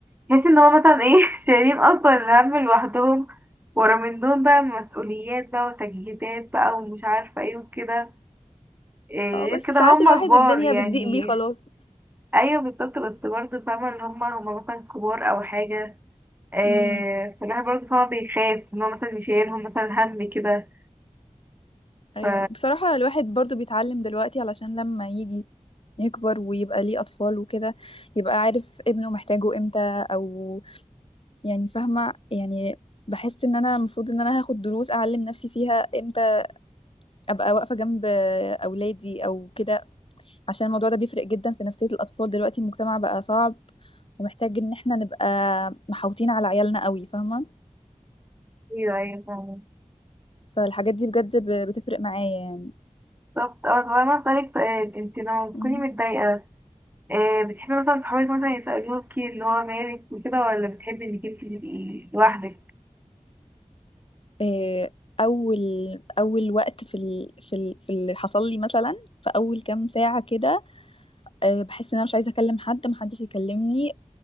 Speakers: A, on the right; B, on the left.
A: بحس ان هو مثلا ايه <laughs> شايلين اصلا الهم لوحدهم ورا من دول بقى مسؤوليات بقى وتجهيزات بقى ومش عارفه ايه وكده
B: <laughs>
A: إيه،
B: اه
A: غير
B: بس
A: كده
B: ساعات
A: هم
B: الواحد
A: كبار
B: الدنيا
A: يعني
B: بتضيق بيه خلاص
A: ايوه بالظبط بس برضه فاهمة اللي هم هم مثلا كبار او حاجة إيه،
B: امم
A: فالواحد برضه فاهمة بيخاف ان هو مثلا يشيلهم مثلا هم كده
B: ايوه
A: ف
B: بصراحة الواحد برضو بيتعلم دلوقتي علشان لما يجي يكبر ويبقى ليه اطفال وكده يبقى عارف ابنه محتاجه امتى او يعني فاهمة يعني بحس ان انا المفروض ان انا هاخد دروس اعلم نفسي فيها امتى ابقى واقفة جنب اولادي او كده عشان الموضوع ده بيفرق جدا في نفسية الاطفال دلوقتي المجتمع بقى صعب ومحتاج ان احنا نبقى محاوطين على عيالنا قوي فاهمة
A: ايوه ايوه فاهمة
B: فالحاجات دي بجد ب- بتفرق معايا
A: بالظبط اه طب انا هسألك سؤال انت لما بتكوني
B: يعني
A: متضايقة إيه، بتحبي مثلا صحابك مثلا يسألوكي اللي هو مالك وكده ولا بتحبي انك انت تبقي لوحدك
B: آه، اول اول وقت في ال... في ال... في اللي حصل لي مثلا في اول كام ساعه كده آه، بحس ان انا مش عايزه اكلم حد محدش يكلمني